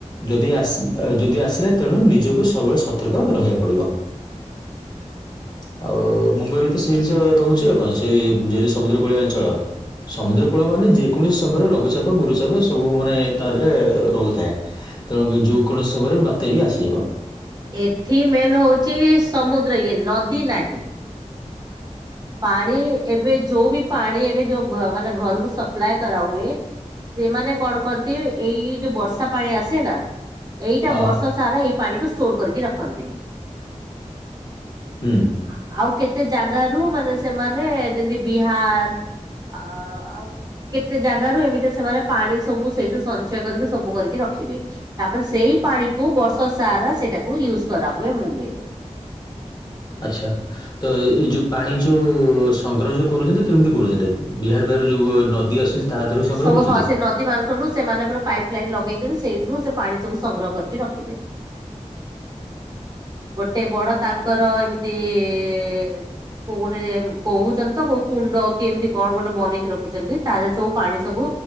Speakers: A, on the left; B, on the right.
A: ଯଦି ଆସି ଯଦି ଆସିଲା ତେଣୁ ନିଜକୁ ସବୁବେଳେ ସତର୍କ ରହିବାକୁ ପଡିବ। <inaudible> <unintelligible> ଆଉ ମୁମ୍ବାଇରୁ ତ ସେଇ ଜିନିଷ ରହୁଛି ଆଉ କଣ ସେ ଯେହେତୁ ସମୁଦ୍ର କୂଳିଆ ଅଞ୍ଚଳ। ସମୁଦ୍ର କୂଳ ମାନେ ଯେକୌଣସି ସମୟରେ ଲଘୁଚାପ ଗୁରୁଚାପ ସବୁ ମାନେ ତା ଦେହରେ ରହୁଥାଏ। ତେଣୁ ଯୋଉ କୌଣସି ସମୟରେ ବାତ୍ୟା ବି ଆସିଯିବ?
B: ଏଠି ମେନ୍ ହଉଛି ସମୁଦ୍ର ଇଏ ନଦୀ ନାହିଁ। ପାଣି ଏବେ ଯୋଉ ବି ପାଣି ଏବେ ଯୋଉ ଘରକୁ ମାନେ ଘରକୁ ସପ୍ଲାଏ କରାହୁଏ। ସେମାନେ କଣ କରନ୍ତି ଏଇ ଯୋଉ ବର୍ଷା ପାଣି ଆସେ ନା ଏଇଟା
A: ହଁ
B: ବର୍ଷ ସାରା ଏଇ ପାଣିକୁ ଷ୍ଟୋର କରିକି ରଖନ୍ତି।
A: ହୁଁ।
B: ଆ‌ ଆଉ କେତେ ଜାଗା ରୁ ମାନେ ସେମାନେ ଯେମତି ବିହାର ଆ ଆଉ କେତେ ଜାଗାରୁ ଏମିତି ସେମାନେ ପାଣି ସବୁ ସେଇଠୁ ସଞ୍ଚୟ କରିକି ସବୁ କରିକି ରଖିବେ। ତାପରେ ସେଇ ପାଣିକୁ ବର୍ଷ ସାରା ସେଟାକୁ ୟୁଜ କରା ହୁଏ ମୁମ୍ବେଇ ରେ।
A: ଆଛା। ତ ଏଇ ଯଉ ପାଣି ଯଉ ସଂଗ୍ରହ ଯଉ କରୁଛନ୍ତି କେମିତି କରୁଛନ୍ତି ଆକୁ ବିହାର ଫିହାର ଯଉ ନଦୀ ଆସୁ ତା ଦେହରୁ ସଂଗ୍ରହ
B: ସବୁ
A: କରୁଛନ୍ତି।
B: ହଁ ସେ <unintelligible> ସେମାନେ ପୁରା ପାଇପ୍ ଲାଇନ ଲଗେଇକରି ସେଇଥିରୁ ସେ ପାଣି ସବୁ ସଂଗ୍ରହ କରିକି ରଖିବେ।
A: <inaudible>
B: ଗୋଟେ ବଡ ତାଙ୍କର ଏମିତି ଇ କୋଉ ଗୋଟେ କହୁଛନ୍ତି ତ କୋଉ କୁଣ୍ଡ କି ଏମିତି କଣ ଗୋଟେ ବନେଇକି ରଖିଛନ୍ତି ତାରେ ସବୁ ପାଣି ସବୁ